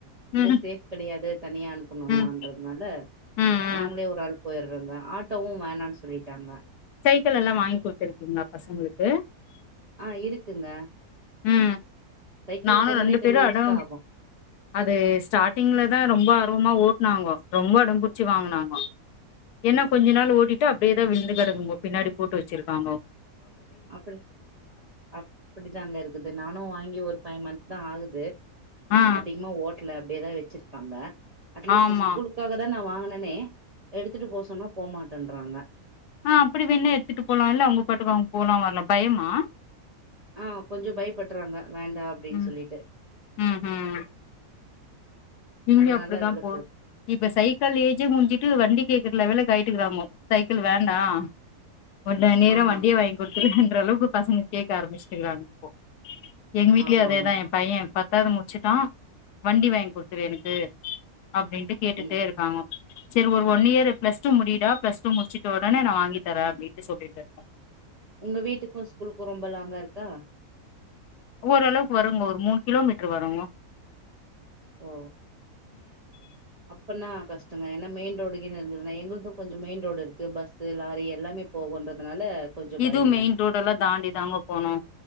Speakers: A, on the right; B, on the left.
A: இங்க
B: ம்
A: சேஃப் கெடையாது தனியா அனுப்பணோம்னான்றதுனால
B: ம் ம் ம்
A: நாங்களே ஒரு ஆளு போயிடுறோங்க ஆட்டோவோ வேணான்னு சொல்லிட்டாங்க
B: சைக்கிள்யெல்லா வாங்கி குடுத்திருக்கீங்களா பசங்களுக்கு
A: ஆஹ் இருக்குங்க
B: உம்
A: சைக்கிள்ல
B: நானோ
A: போனாலே
B: ரெண்டு
A: டென்
B: பேரோ
A: மினிட்ஸ்
B: அடோ
A: தா ஆகு
B: அது ஸ்டார்டிங்லதா ரொம்ப ஆர்வமா ஓட் னாங்கோ ரொம்ப அடோபுடிச்சு வாங்குனாங்கோ ஏன்னா கொஞ்ச நாள் ஓட்டிட்டு அப்டியேதா விழுந்து கெடந்துது பின்னாடி போட்டு வெச்சிருக்காங்கோ
A: அப்டி அப்டிதாங்கயிருக்குது நானோ வாங்கி ஒரு ஃபைவ் மந்த்துதா ஆகுது
B: ஆ
A: அதிகமா ஓட் ல அப்டியேதா வெச்சிருக்காங்க அட்லீஸ்ட்
B: ஆமா
A: ஸ்கூலுக்காகதா நா வாங்குனே னே எடுத்துட்டு போ சொன்னா போமாட்டின்றாங்க
B: ஆஹ் அப்டி வெண்ணா எத்துட்டு போலால்ல அவங்க பாட்டுக்கு அவங்க போலா வரலா பயமா
A: ஆஹ் கொஞ்சோ பயப்படுறாங்க வேண்டா அப்டின்னு
B: ம்
A: சொல்லிட்டு
B: ம் ம் இங்க
A: அதனால
B: அப்டிதா
A: அதுல
B: போ
A: போட்
B: இப்ப சைக்கிள் ஏஜே முடிஞ்சிட்டு வண்டி கேட்குல எவ்ளோ கயிக்குறாங்கோ சைக்கிள் வேண்டாம் கொஞ்ச நேரம்
A: ஆமா
B: வண்டிய வாங்கி கொடுத்து அ அளவுக்கு பசங்க கேட்க ஆரம்பிச்சிட்டுக்குறாங்க இப்போ எங்கவீட்லேயயும்
A: ஆமா
B: அதேதான்
A: ஆமாங்க
B: என் பையன் ப எட்டாவதுமுடிச்சுட்டடா வண்டி வாங்கி குடு எனக்கு அப்டின்ட்டு கேட்டுட்டே
A: ம்
B: இருக்காங்க செரி ஒரு ஒன் இயர் பிளஸ் டூ முடியடா பிளஸ் டூ முடிச்சுட்ட உடனே நான வாங்கி தரேன் அப்படின்னு சொல்லிட்டேன்
A: உங்க வீட்டுக்கும் ஸ்கூலுக்கும் ரொம்ப லாங்கா இருக்கா
B: ஓரளவுக்கு வருங்கோ ஒரு மூணு கிலோமீட்ரு வரும்ங்கோ
A: ஓ அப்னா கஷ்டங்க தான் ஏனா மெயின் ரோடுக்குன்னு இருந்ததுன்னா எங்களுக்கும் கொஞ்சம் மெயின் ரோடு இருக்கு பஸ்சு லாரி எல்லாமே போகுன்றதுனால கொஞ்சோ
B: இதுவும்
A: பயங்க
B: மெயின் ரோடெல்லாம் தாண்டி தாங்க போனோம்